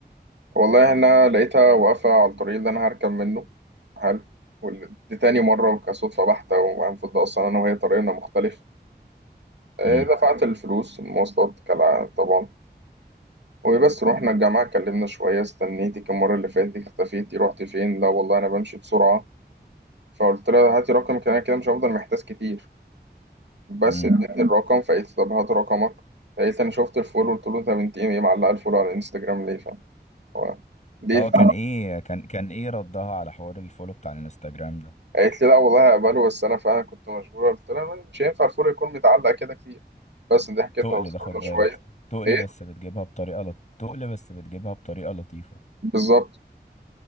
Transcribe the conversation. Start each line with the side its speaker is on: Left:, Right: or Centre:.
Right: والله انا لقيتها واقفة على الطريق اللي انا هركب منه حلو وال- دي تاني مرة كصدفة بحتة والمفروض اصلا انا وهي طريقنا مختلف آه،
Left: امم
Right: دفعت الفلوس المواصلات كالعادة طبعا وبس رحنا الجامعة اتكلمنا شوية استنيتك المرة اللي فاتت اختفيتي رحتي فين لا والله انا بمشي بسرعة فقلت لها هاتي رقمك انا كده مش هفضل محتاس كتير بس
Left: امم
Right: ادتني الرقم فقلت طب هات رقمك فقلت انا شفت الفولو قلت له انت بنت ايه معلقة الفولو على الانستجرام ليه فاهم هو ليه
Left: اه كان ايه كان كان ايه ردها على حوار الفولو بتاع الانستجرام ده
Right: قالت لي لا والله هقبله بس انا فعلا كنت مشغوله قلت لها طيب مش هينفع الفول يكون متعلق كده كتير بس دي حكيتها
Left: تقل
Right: وصلنا
Left: ده خد بالك
Right: شويه
Left: تقل
Right: ايه
Left: بس بتجيبها بطريقة لط... تقل بس بتجيبها بطريقة لطيفة
Right: بالظبط